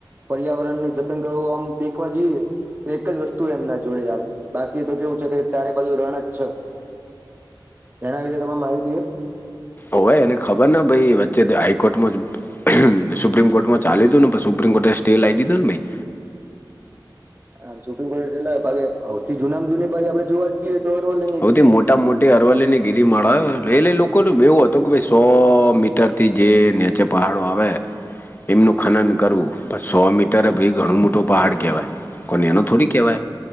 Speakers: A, on the right; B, on the left.
A: પર્યાવરણને જતન કરો આમ દેખવા જોઈએ તો એક જ વસ્તુ એમના જોડે હાલ બાકી તો કેવું છે કે ચારે બાજુ રણ જ છે. તેના વિશે તમામે માહિતી હો
B: ઓય એને ખબર ને ભાઈ વચ્ચે હાઈકોર્ટમાં જ સુપ્રીમ કોર્ટમાં ચાલ્યું હતું ને પણ સુપ્રીમ કોર્ટે સ્ટે લાવ દીધો ને ભાઈ
A: આમ સુપ્રીમ કોર્ટટે આવથી જુનામ જૂની ભાઈ આપડે જોવા જએ જે દરો લ
B: હથી મોટા મોટી અરવલ્લી ની ગીરી માળ એટલે લોકો ન એવું હતો કે ભસો મીટર થી જે વચ્ચે પહાડો આવે એમનું ખનન કરવું પણ સો મીટરે ભાઈ ઘણું મોટું પહાડ કહેવાય. કોને
A: હા તો
B: એનું
A: એમ
B: થોડી કહેવાય